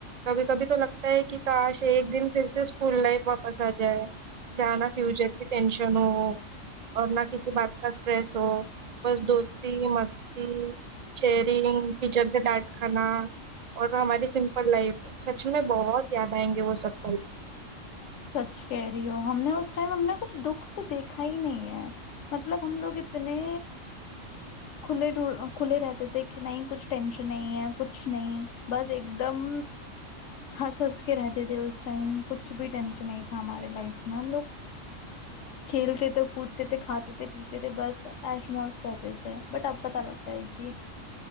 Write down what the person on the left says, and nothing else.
سچ کہہ رہی ہو ہم نے اس ٹائم ہم نے کچھ دکھ تو دیکھا ہی نہیں ہے مطلب ہم لوگ اتنے کھلے کھلے رہتے تھے کہ نہیں کچھ ٹینشن نہیں ہے کچھ نہیں بس ایک دم ہنس ہنس کے رہتے تھے اس ٹائم کچھ بھی ٹینشن نہیں تھا ہمارے لائف میں ہم لوگ کھیلتے تھے کودتے تھے کھاتے تھے پیتے تھے بس ایش مس کرتے تھے بٹ اب پت لگتا ہے کہ